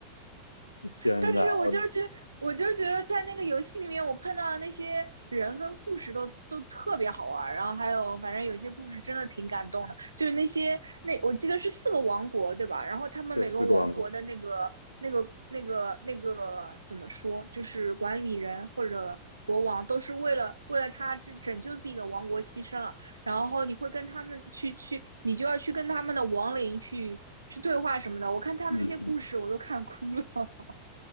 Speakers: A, on the left (about 80°); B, on the right (about 80°).
A: 天呐，
B: 但是我就是觉得我就是觉得在那个游戏里面，
A: 我的
B: 我碰到的那些人跟故事都都特别好玩然后还有反正有些故事真的挺感动的，就是那些那我记得是四个王国对吧？然后他们每个王国的那个那个那个那个怎么说，
A: 对四个王国，
B: 就是管理人或者国王都是为了为了他这拯救自己的王国牺牲了，然后你会跟他们去去，你就要去跟他们的亡灵去去对话什么的。我看他们那些故事，
A: 嗯。
B: 我都看哭了。<laughs>